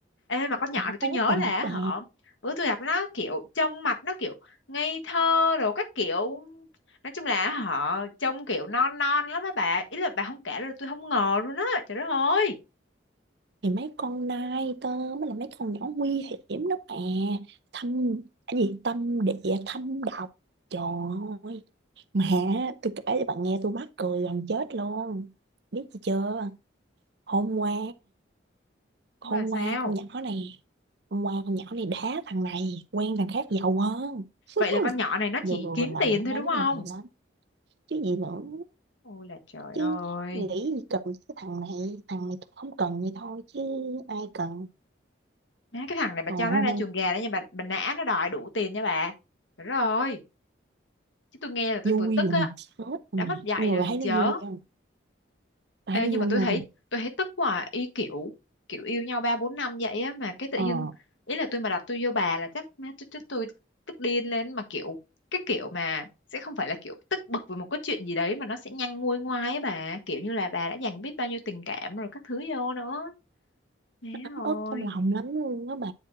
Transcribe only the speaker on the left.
Ê mà con nhỏ
này tôi
nhớ
là
họ bữa tôi gặp nó kiểu trông mặt nó kiểu ngây thơ rồi các kiểu nói chung là họ trông kiểu non non lắm á bà ý là bà không kể là tôi không ngờ luôn á trời đất ơi
Nhưng mà sao
vậy là con nhỏ này nó
chỉ kiếm
tiền thôi
đúng
không
ôi là trời
ơi
má cái thằng này bà
cho nó ra chuồng gà đó nha bà bà nã nó đòi đủ tiền nha bà trời đất ơi chứ tôi nghe là tôi
vừa tức
á
đã
mất dạy
rồi
thì
chớ
Ê,
nhưng mà
tôi thấy
tôi thấy tức quá à. ý kiểu kiểu yêu nhau ba bốn năm vậy á mà cái tự
dưng
ý là tôi mà đặt tôi vô bà là chắc má tôi chắc tôi tức điên lên mà kiểu cái kiểu mà sẽ không phải là kiểu tức bực vì một cái chuyện gì đấy mà nó sẽ nhanh nguôi ngoai á bà kiểu như là bà đã dành biết bao nhiêu tình cảm rồi các thứ vô nữa Má
ơi